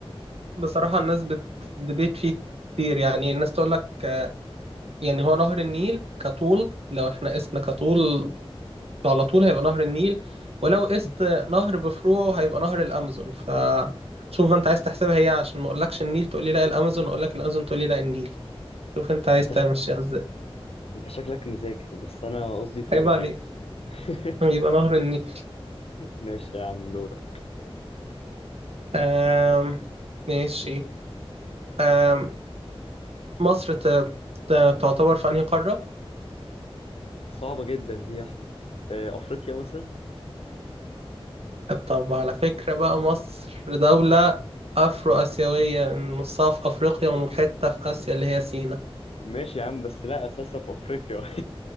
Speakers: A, on the right (about 75°); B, on the left (about 75°).
A: بصراحة الناس بتدبيت فيه كتير يعني الناس تقول لك آه، يعني هو نهر النيل كطول لو احنا قسنا كطول على طول هيبقى نهر النيل ولو قست نهر بفروعه هيبقى نهر الأمازون فشوف انت عايز تحسبها ايه عشان ما اقولكش النيل تقول لي لا الأمازون اقول لك الأمازون تقول لي لا النيل شوف انت عايز
B: انت
A: تمشيها
B: ش...
A: ازاي
B: انت شكلك مذاكر بس انا قصدي طول
A: عيب عليك
B: عادي <laughs>
A: يبقى نهر النيل
B: ماشي يا عم دورك
A: آم، ماشي آم، مصر ت- ت- تعتبر في انهي قارة
B: صعبه جدا دي يا احمد آه، افريقيا مثلا
A: طب على فكرة بقى مصر دولة أفرو آسيوية نصها في أفريقيا وحتة في آسيا اللي هي سينا
B: ماشي يا عم بس لا اساسها في افريقيا